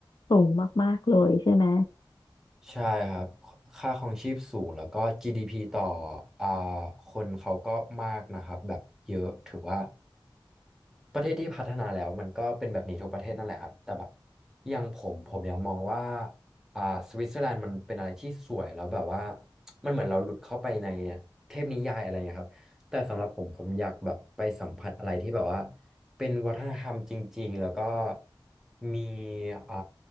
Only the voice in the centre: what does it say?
ใช่ครับค่าครองชีพสูงแล้วก็ GDP ต่ออ่าคนเขาก็มากนะครับแบบเยอะถือว่าประเทศที่พัฒนาแล้วมันก็เป็นแบบนี้ทุกประเทศนั่นแหละครับแต่แบบอยังผมผมยังมองว่าอ่าสวิตเซอร์แลนด์มันเป็นอะไรที่สวยแล้วแบบว่ามันเหมือนเราหลุดเข้าไปในเทพนิยายอะไรอย่างเงี้ยครับ แต่สำหรับผมผมอยากแบบไปสัมผัสอะไรที่แบบว่าเป็นวัฒนธรรมจริงๆแล้วก็มีอ่า